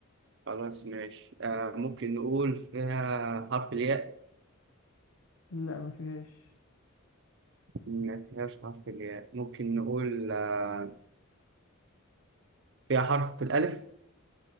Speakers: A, on the right; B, on the left.
A: خلاص ماشي آه ممكن نقول فيها حرف الياء
B: لا ما فيهاش
A: ما فيهاش حرف الياء ممكن نقول آه فيها حرف الألف